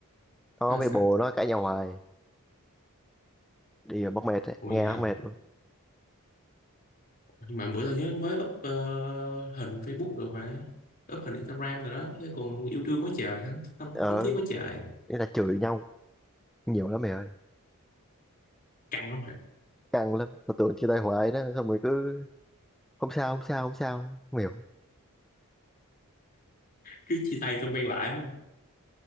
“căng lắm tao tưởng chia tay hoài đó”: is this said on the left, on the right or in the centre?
Centre